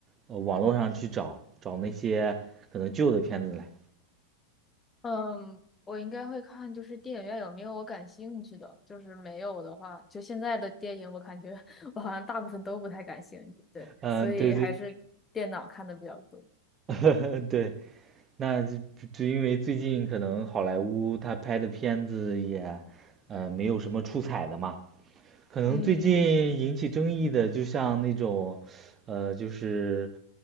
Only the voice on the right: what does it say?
呃，网络上去找找那些可能旧的片子来。
嗯，
对对，<laughs> 对，那就就因为最近可能好莱坞他拍的片子也，呃，没有什么出彩的嘛。可能最近引起争议的，
就像那种，呃，就是